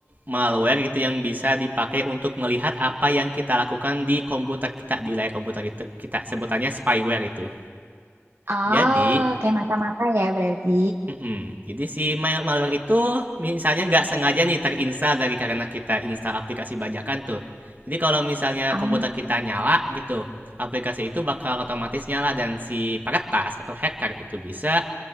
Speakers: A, on the right (about 40°); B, on the right (about 60°).
A: malware gitu yang bisa dipakai untuk melihat apa yang kita lakukan di komputer kita, di layar komputer kita, kita sebutannya spyware itu.
B: Oh,
A: Jadi,
B: kayak mata-mata ya berarti.
A: mm-mm. jadi si malware itu misalnya nggak sengaja nih terinstall dari karena kita install aplikasi bajakan tuh. Jadi kalau misalnya
B: Um,
A: komputer kita nyala gitu, aplikasi itu bakal otomatis nyala dan si peretas atau hacker itu bisa